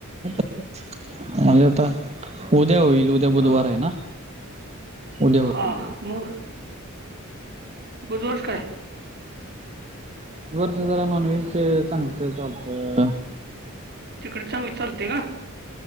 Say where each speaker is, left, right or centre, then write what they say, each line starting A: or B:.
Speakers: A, on the right (about 30°); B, on the right (about 50°).
A: म्हजे आता उद्या होईल उद्या उदया
B: हां
A: बुधवार आहे ना, उद्या होईल.
B: हां मग बुधवारच काय?
A: बुधवारच जरा नॉनव्हेज चांगलं चालत.
B: तिकडे चांगलं चालतय का?